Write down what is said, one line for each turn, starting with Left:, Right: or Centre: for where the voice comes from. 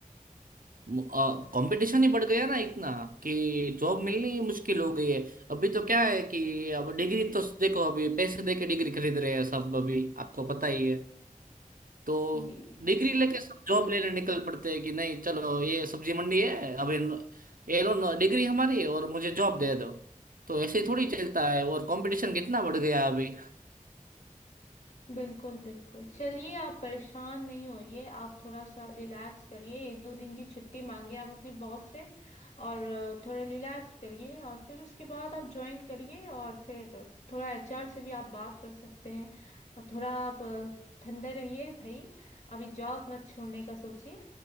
Right: कंपटीशन ही बढ़ गया ना इतना कि जॉब मिलनी ही मुश्किल हो गई है अभी तो क्या है कि अब डिग्री तो देखो अभी पैसे देके डिग्री खरीद रहे हैं सब अभी आपको पता ही है तो
Left: जी
Right: डिग्री
Left: जी
Right: लेके सब जॉब लेने निकल पड़ते हैं कि नहीं चलो ये सब्जी मंडी है अभी न- ये लो न- डिग्री हमारी है और मुझे जॉब दे दो तो ऐसे ही थोड़ी चलता है और कंपटीशन कितना बढ़ गया अभी
Left: बिल्कुल बिल्कुल चलिए आप परेशान नहीं होइए आप थोड़ा सा रिलैक्स करिए एक दो दिन की छुट्टी मांगिए आप अपने बॉस से और अ, थोड़ा रिलैक्स करिए और फिर उसके बाद आप ज्वाइन करिए और फिर थोड़ा एचआर से भी आप बात कर सकते हैं और थोड़ा आप अ, ठंडे रहिए भाई अभी जॉब मत छोड़ने का सोचिए